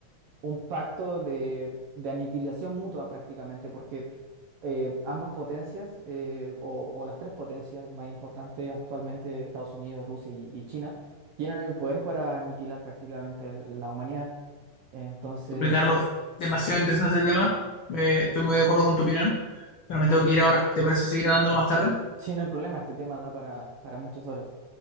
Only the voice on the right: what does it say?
un pacto de, de aniquilación mutua prácticamente, porque eh, ambas potencias, eh, o, o las tres potencias más importantes actualmente, Estados Unidos, Rusia y, y China, tienen el poder para aniquilar prácticamente la humanidad. Entonces,
sí, no hay problema, este tema da para, para muchas horas.